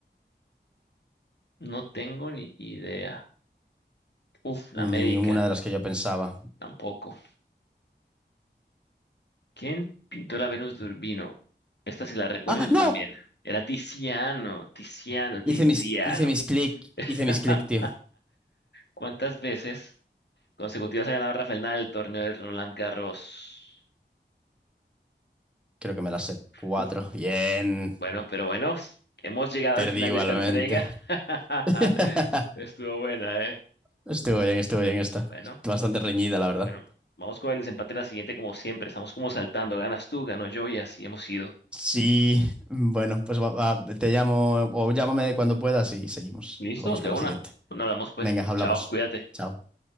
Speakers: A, on the left; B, in the centre.
A: No tengo ni idea. Uf, la
B: Ninguna
A: médica,
B: de las que yo pensaba.
A: tampoco. ¿Quién pintó la Venus de Urbino? Esta sí la recuerdo
B: ¡Ah,
A: y tú
B: no!
A: también. Era Tiziano, Tiziano, Tiziano.
B: Hice mis, hice mis clic,
A: <laughs>
B: hice mis clic, tío.
A: ¿Cuántas veces? consecutivas ha ganado Rafael Nadal el torneo de Roland Garros.
B: Creo que me las sé. Cuatro.
A: Uf,
B: Bien.
A: bueno, pero bueno, hemos llegado
B: Perdí
A: al final
B: igualmente.
A: de esta entrega. <laughs>
B: <laughs>
A: Estuvo buena, ¿eh?
B: Estuvo bien, estuvo bien esta.
A: Bueno,
B: Bastante reñida, la verdad.
A: bueno, vamos con el desempate en la siguiente, como siempre. Estamos como saltando. Ganas tú, gano yo y así hemos ido.
B: Sí, bueno, pues va- va, te llamo o llámame cuando puedas y seguimos.
A: ¿Listo?
B: Vamos
A: De
B: con
A: una.
B: la siguiente.
A: Bueno, hablamos pues.
B: Venga, hablamos.
A: Chao, cuídate.
B: Chao.